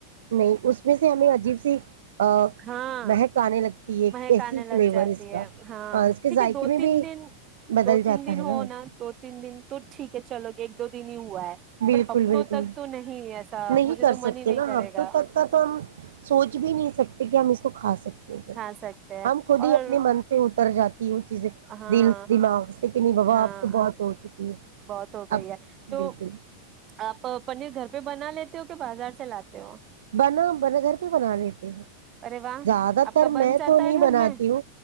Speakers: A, on the right; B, on the right.
A: نہیں اس میں سے ہمیں عجیب سی آ،
B: ہاں
A: مہک آنے لگتی ہے
B: مہک
A: کیسی
B: آنے
A: فلیور
B: لگ جاتی
A: اس
B: ہے
A: کا
B: ہاں
A: اس کے
B: ٹھیک
A: ذائقے
B: ہے دو
A: میں
B: تین
A: بھی
B: دن
A: بدل
B: دو تین
A: جاتا
B: دن
A: ہے نا
B: ہونا دو تین دن تو ٹھیک ہے چلو ایک د نہیں <unintelligible> ہوا ہے
A: بالکل
B: پر ہفتوں
A: بالکل
B: تک تو نہیں ہیں ایسا
A: نہیں
B: مجھے
A: کر
B: تو
A: سکتے
B: من ہی نہیں
A: نا
B: کرے
A: ہفتوں
B: گا
A: تک کا تو ہم سوچ بھی نہیں سکتے تاکہ ہم اس کو کھا سکے
B: کھا سکتے ہیں
A: ہم خود ہی
B: اور
A: اپنے من سے اتر جاتے کہ وہ چیزیں
B: ہاں
A: دل دماغ سے نہیں بابا
B: ہاں
A: اب تو بہت ہو چکی ہے
B: بہت ہو گئی
A: اب
B: ہے تو
A: بالکل
B: آپ پنیر گھر بای بنا لیتے ہو کہ بازار سے لاتے ہو
A: بنا بنا گھر پہ بنا لیتی ہیں
B: ارے واہ
A: زیادہ
B: آپ
A: تر
B: کا بن
A: میں
B: جاتا
A: تو نہیں
B: ہے گھر
A: بناتی
B: میں
A: ہوں